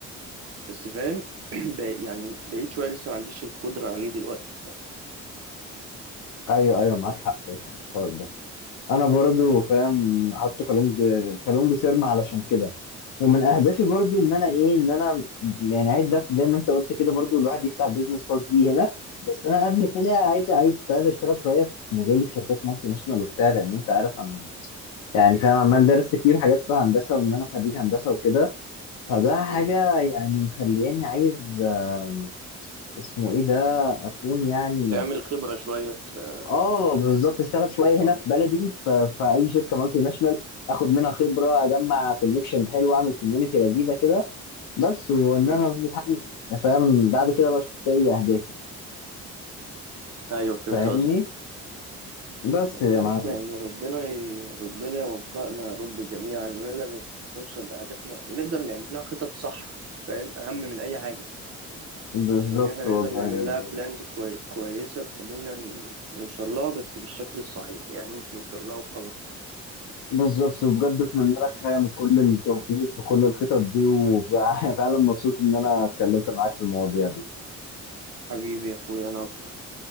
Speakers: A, on the right; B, on the left.
A: بس فاهم <clears throat> بع- يعني بعيد شويه لسه ما عنديش القدره عليه دلوقتي فاهم
B: ايوه ايوه معاك حق يا أسطى في الحوار ده انا برضو فاهم حاطه كالونج كالونج سيرما علشان كده ومن اهدافي برضو ان انا ايه ان انا يعني عايز ده زي ما انت قلت كده برضو الواحد يفتح بيزنس خاص بيه هنا بس انا قبل كده عايز عايز كنت عايز اشتغل شويه في مجالي في شركات مالتي ناشونال وبتاع لان انت عارف انا يعني فاهم عمال درست كتير حاجات في هندسه وان انا خريج هندسه وكده فده حاجه
A: مم.
B: يعني مخلياني عايز آم، اسمه ايه ده اكون يعني
A: تعمل خبره شويه في
B: اه بالظبط اشتغل شويه
A: مم.
B: هنا في بلدي ف- في اي شركه مالتي ناشونال اخد منها خبره اجمع كونكشنز حلوه اعمل كوميونتي لذيذه كده بس وان
A: مم.
B: انا اظبط حاجتي فاهم بعد كده بقى اشوف بقى ايه اهدافي
A: ايوه فهمت
B: فاهمني
A: قصدك
B: بس
A: والله
B: يا معلم
A: يا اسطى يعني ربنا ي... ربنا يوفقنا يا رب جميعا ونقدر نوصل لاهدافنا ونقدر نعمل لها خطط صح فاهم اهم من اي حاجه
B: بالظبط
A: ان احنا
B: والله
A: نقدر نعمل
B: يا برو
A: لها بلانز كوي... كويسة تخلينا ن- نوصل لها بس بالشكل الصحيح يعني مش نوصل لها وخلاص
B: بالظبط وبجد اتمنى لك فاهم كل التوفيق في كل الخطط دي وفعلا <laughs> مبسوط ان انا اتكلمت معاك في المواضيع دي
A: حبيبي يا اخويا انا اكتر